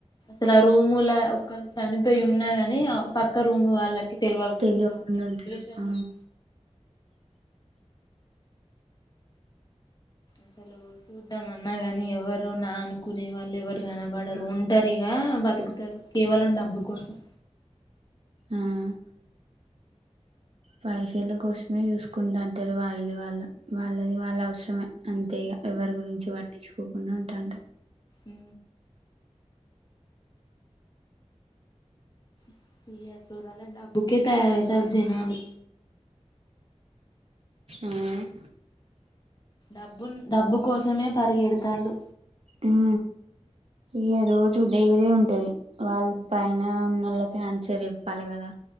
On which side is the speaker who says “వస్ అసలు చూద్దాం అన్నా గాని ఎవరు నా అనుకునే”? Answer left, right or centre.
Left